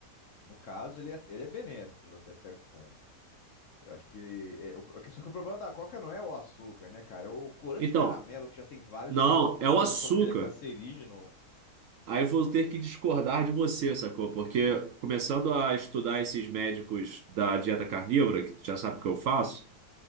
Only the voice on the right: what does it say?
Então,
não,
é o açúcar.
Aí vou ter que discordar de você, sacou? Porque começando a estudar esses médicos da dieta carnívora, que tu já sabe o que eu faço,